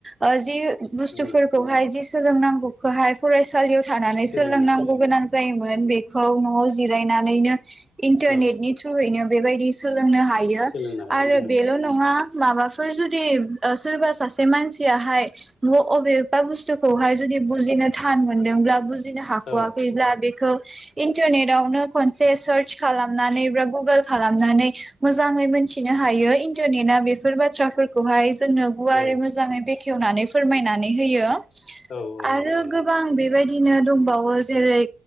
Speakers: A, on the right; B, on the left.
A: ओ जि बुस्थुफोरखौहाय
B: उम
A: जि सोलोंनांगौखौहाय फरायसालियाव थानानै
B: सोलोंनो
A: सोलोंनांगौ
B: हायो
A: गोनां जायोमोन बे खौ नआव जिरायनानैनो इन्टारनेट
B: औ
A: नि थ्रुयैनो बेबायदि सोलोंनो हा यो
B: सोलोंनो हायो
A: आरो
B: उम
A: बेल नङा माबाफोर जुदि ओ सोरबा सासे मानसियाहाय ब अबेबा बुस्थुखौहाय जुदि बुजिनो थान मोनदोंब्ला बिदिनो हाख'वाखैब्ला
B: औ
A: बे खौ इन्टारनेटावनो खनसे सार्च खालामनानै बा गुगोल खालामनानै मोजाङै मिथिनो हायो इन्टारनेटआ बेफोर बाथ्राफोरखौहाय जोंनो गुवारै
B: औ
A: मोजाङै बेखेवनानै फोरमायनानै होयो
B: औ
A: आरो
B: नंगौ नंगौ
A: गोबां बेबायदि बिदिनो दंबावो जेरै